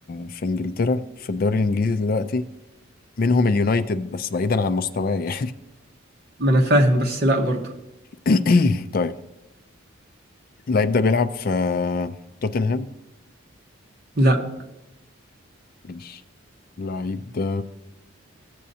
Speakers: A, on the left; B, on the right.
A: في إنجلترا في الدوري الإنجليزي دلوقتي منهم اليونايتد بس بعيدا عن مستواه يعني
B: ما انا فاهم بس لا برضه
A: <coughs> طيب اللعيب ده بيلعب في توتنهام
B: لا
A: ماشي اللعيب ده